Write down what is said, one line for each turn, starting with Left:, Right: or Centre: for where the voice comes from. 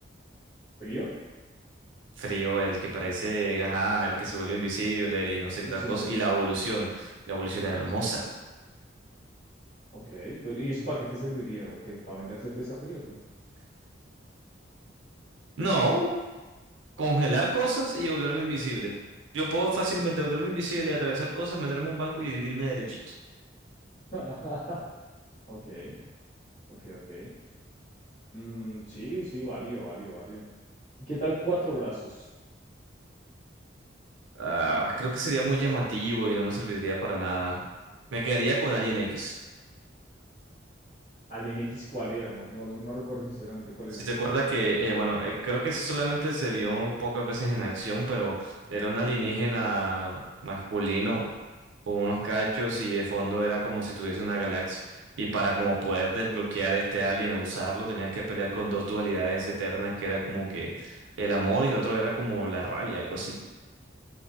Left: ¿Frío?
Right: Frío, el que parece, ajá, el que se volvió invisible y no sé qué tal
Left: Sí,
Right: cosa.
Left: sí, sí.
Right: Y la evolución, la evolución era hermosa.
Left: Ok, pero ¿y eso para qué te serviría? ¿O qué? ¿Para vender cerveza fría o qué?
Right: No. Congelar cosas y volverme invisible. Yo puedo fácilmente volverme invisible, atravesar cosas, meterme a un banco y dividirme derechito.
Left: <laughs> Ok, ok, ok. Mm, sí, sí, válido, válido, válido. ¿Qué tal cuatro brazos?
Right: Ah, creo que sería muy llamativo y no me serviría para nada. Me quedaría con Alien X.
Left: Alien X, ¿cuál era? No, no, no recuerdo sinceramente cuál
Right: Si
Left: era.
Right: te acuerdas que, eh, bueno, eh, creo que ese solamente se vio pocas veces en acción, pero era un alienígena masculino con unos cachos y de fondo era como si tuviese una galaxia. Y para como poder desbloquear este alien o usarlo, tenías que pelear con dos dualidades eternas, que era como que el amor y el otro era como la rabia, algo así.